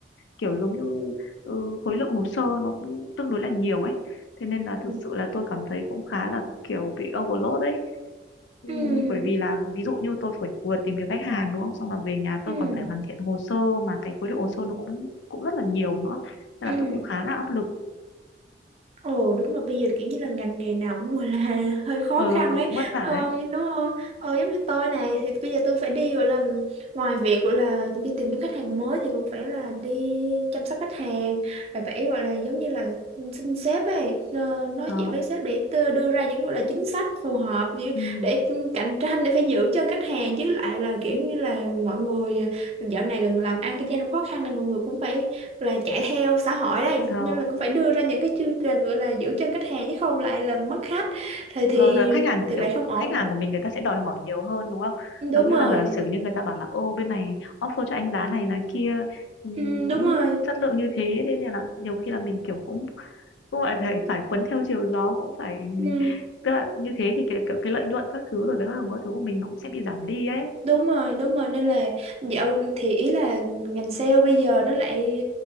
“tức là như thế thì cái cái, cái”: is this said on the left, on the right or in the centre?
Left